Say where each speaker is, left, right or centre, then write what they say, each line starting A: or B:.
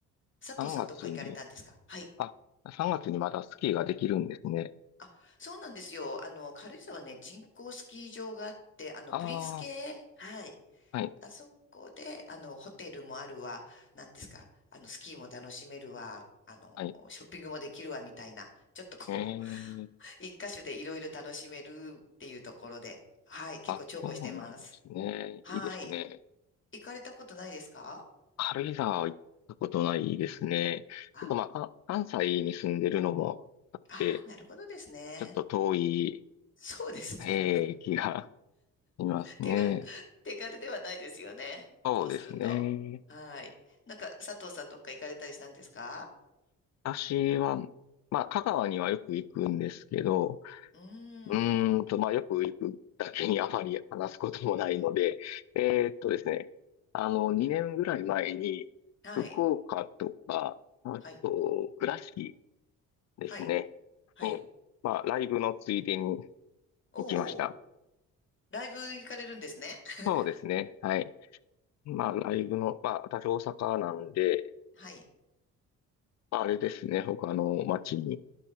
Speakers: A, on the left (about 35°); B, on the left (about 50°).
A: 佐藤さんどっか行かれたんですかはい。
B: 3月に、あ、3月にまだスキーができるんですね。
A: あ、そうなんですよ。あの、軽井沢ね、人工スキー場があって、あの、
B: ああ、
A: プリンス系はい。
B: はい、
A: あそこで、あの、ホテルもあるわ、なんですか、あの、スキーも楽しめるわ、あの、
B: はい。
A: ショッピングもできるわ、みたいな、ちょっとこう、
B: ええ
A: <laughs> 一箇所でいろいろ楽しめるっていうところで、はい、結構重宝してます。
B: あ、そうなんですね。
A: はい。
B: いいですね。
A: 行かれたことないですか
B: 軽井沢は行ったことないですね。
A: あ、
B: ちょっとまあ、か関西に住んでるのもあって、
A: あー、なるほどですね。
B: ちょっと遠い、
A: そうですね。
B: えー、気がしますね。
A: 手が、<laughs> 手軽ではないですよね。
B: そうですね。
A: そうすると。はい。なんか、佐藤さんどっか行かれたりしたんですか
B: 私は、まあ、香川にはよく行くんですけど、
A: うーん。
B: うーんと、まあ、よく行くだけにあまり話すこともないので、えーっとですね、あの、2年ぐらい前に、
A: はい。
B: 福岡とか、あと、
A: はい。
B: 倉敷、ですね。
A: はい。はい。
B: に、まあ、ライブのついでに
A: おうおう。
B: 行きました。
A: ライブ行かれるんですね。<laughs>
B: そうですね。はい。まあ、ライブの、まあ、私大阪なんで、
A: はい。
B: まあ、あれですね。他の街に行